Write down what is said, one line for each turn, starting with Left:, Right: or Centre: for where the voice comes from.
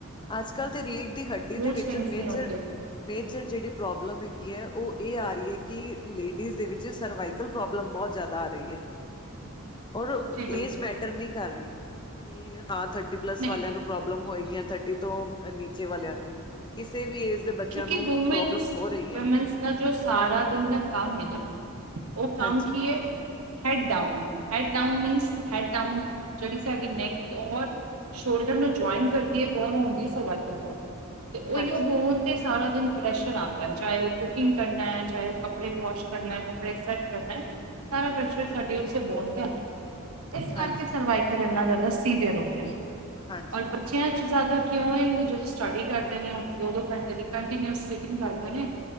Left: ਅੱਜ ਕੱਲ੍ਹ ਦੀ ਰੀੜ ਦੀ ਹੱਡੀ ਦੇ ਵਿੱਚ
Right: ਸਵਿੰਗਸ
Left: ਮੇਜਰ,।
Right: ਨਹੀਂ ਹੋਣਗੇ
Left: ਮੇਜ਼ਰ ਜਿਹੜੀ ਪ੍ਰੋਬਲਮ ਹੈਗੀ ਹੈ। ਉਹ ਇਹ ਆ ਰਹੀ ਹੈ, ਕਿ ਲੇਡੀਜ਼ ਦੇ ਵਿੱਚ ਸਰਵਾਈਕਲ। ਪ੍ਰੋਬਲਮ ਬਹੁਤ ਜ਼ਿਆਦਾ ਆ ਰਹੀ ਹੈ। ਔਰ
Right: ਜੀ ਬਿਲਕੁਲ
Left: ਏਜ ਮੈਟਰ ਨਈ ਕਰ ਰਈ, ਕਿ ਹਾਂ ਥਰਟੀ ਪਲੱਸ
Right: ਨਹੀਂ
Left: ਵਾਲਿਆਂ ਨੂੰ। ਪ੍ਰਬਲਮ ਹੋਏਗੀ ਥਰਟੀ ਤੋਂ, ਨੀਚੇ ਵਲਆ ਨੂੰ ਕਿਸੇ ਵੀ ਏਜ। ਅੱਜ ਦੇ ਬੱਚਿਆਂ
Right: ਕਿਉਂਕਿ
Left: ਨੂੰ
Right: ਵੂਮੈਨਸ
Left: ਪ੍ਰੋਬਲਮ ਹੋ ਰਈ ਹੈ।
Right: ਵੂਮੈਨਸ ਦਾ ਜੋ ਸਾਰਾ ਦਿਨ ਦਾ ਕੰਮ ਐ, ਨਾ ਉਹ ਕੰਮ
Left: ਹਾਂਜੀ
Right: ਕੀ ਐ। Head down, head down means, head down ਜੜ ਸਾਡੀੈਕ ਓਰ। ਸ਼ੋਲਡਰ ਨੂੰ ਜੁਆਇਨ ਕਰਦੀ ਐ, ਬੋਨ ਆਉਦੀ ਹੈ, ਸਵਾਕਲ ਬੋਨ ਤੇ ਉਹੀਓ
Left: ਹਾਂਜੀ
Right: ਬੋਨ। ਤੇ ਸਾਰਾ ਦਿਨ ਪ੍ਰੈਸ਼ਰ ਆਂਦਾ, ਚਾਹੇ ਉਹ ਕੁਕਿੰਗ ਕਰਨਾ ਐ, ਚਾਹੇ ਉਹ ਕੱਪੜੇ ਵਾਸ਼ ਕਰਨਾ, ਕਪੜੇ ਸੈੱਟ ਕਰਨਾ। ਸਾਰਾ ਪ੍ਰਸ਼ਰ ਸਾਡੇ ਉਸੇ ਬੋਨ ਤੇ। <unintelligible> ਇਸ ਕਰਕੇ
Left: ਹਾਂਜੀ
Right: ਸਰਵਾਈਕਲ ਇੰਨਾ ਜ਼ਿਆਦਾ ਸੀਵੀਅਰ ਹੋ ਗਿਆ,
Left: ਹਾਂਜੀ
Right: ਔਰ ਬੱਚਿਆਂ। ਜ਼ਿਆਦਾ ਕਿਉਂ ਐ ਗਰੁੱਪ ਸਟੱਡੀ ਕਰਦੇ ਨੇ, ਉਹ ਦੋ, ਦੋ ਘੰਟੇ ਦੀ ਕੰਟੀਨਿਊਸ ਸਿਟਿੰਗ ਕਰਦੇ ਨੇ।